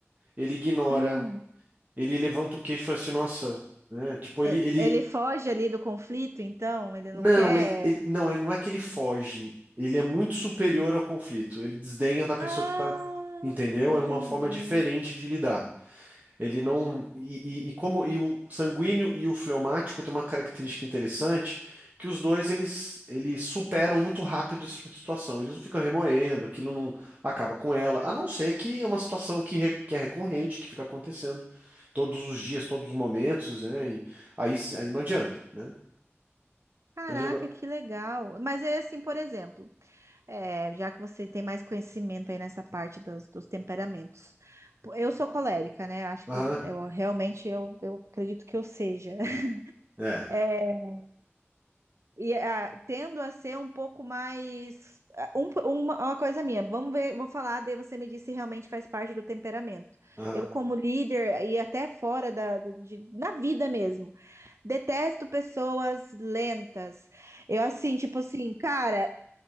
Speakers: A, on the right; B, on the right.
A: ele ignora,
B: Hum.
A: ele levanta o queixo e fala assim, nossa, né? Tipo,
B: É,
A: ele, ele,
B: Ele foge ali do conflito, então ele não
A: não,
B: quer.
A: ele, ele, não, é- não é que ele foge, ele é muito superior ao conflito, ele desdenha da pessoa
B: Ah,
A: que tá, entendeu?
B: entendi.
A: É uma forma diferente de lidar. Ele não. E, e- e como e o sanguíneo e o fleumático têm uma característica interessante, que os dois eles, eles superam muito rápido esse tipo de situação. Eles não ficam remoendo, aquilo não acaba com ela, a não ser que é uma situação que, re- que é recorrente, que fica acontecendo todos os dias, todos os momentos, né? E aí, se- aí não adianta, né?
B: Caraca,
A: Mas o negócio.
B: que legal. Mas é assim, por exemplo, é, já que você tem mais conhecimento aí nessa parte dos, dos temperamentos. Pô, Eu sou colérica, né? Acho
A: Aham,
B: que eu realmente eu, eu acredito que eu seja. <laughs>
A: é,
B: E ah, tendo a ser um pouco mais. ah, um- uma, uma coisa minha, vamos ver, vou falar, daí você me diz se realmente faz parte do temperamento.
A: aham,
B: Eu, como líder, e até fora da, de- na vida mesmo, detesto pessoas lentas. Eu, assim, tipo assim, cara,